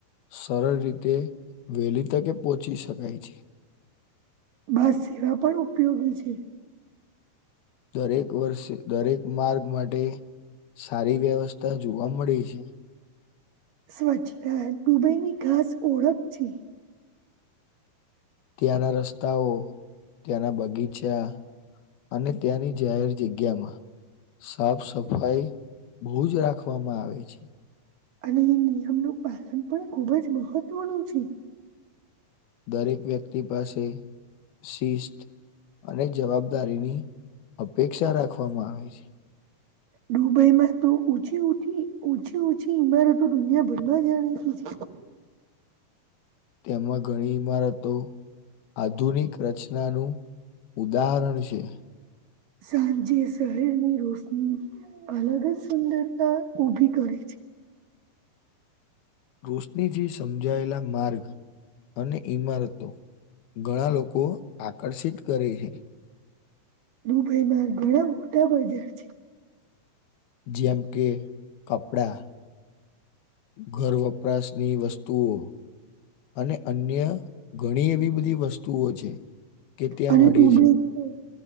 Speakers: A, on the left; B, on the right.
A: સરળ રીતે વહેલી તકે પહોચી શકાય છે.
B: બસ સેવા પણ ઉપયોગી છે.
A: દરેક વર્ષે દરેક માર્ગ માટે સારી વ્યવસ્થા જોવા મળે છે
B: સ્વચ્છતા દુબઈની ઘાસ ઓળખ છે.
A: ત્યાંના રસ્તાઓ ત્યાંના બગીચા અને ત્યાંની જાહેર જગ્યામાં સાફ સફાઈ બહુ જ રાખવામાં આવે છે.
B: અને એ નિયમનું પાલન પણ ખુબ જ મહત્વનું છે.
A: દરેક વ્યક્તિ પાસે શિસ્ત અને જવાબદારીની અપેક્ષા રાખવામાં આવે છે.
B: દુબઈમાં તો ઉછી છી ઓછી છી ઈમારતો દુનિયાભરમાં જાણીતી છે.
A: તેમાં ઘણી ઈમારતો આધુનિક રચનાનું ઉદાહરણ છે.
B: સાંજે શહેરની રોશની અલગ જ સુંદરતા ઊભી કરે છે.
A: રોશનીથી સમજાયેલા માર્ગ. અને ઈમારતો ઘણા લોકો આકર્ષિત કરે હે.
B: દુબઈમાં ઘણા મોટા બજાર છે.
A: જેમ કે કપડા. ઘર વપરાશની વસ્તુઓ. અને અન્ય ઘણી એવી બધી વસ્તુઓ છે. કે ત્યાં
B: અને
A: મળે
B: દુબઈ
A: છે.
B: તો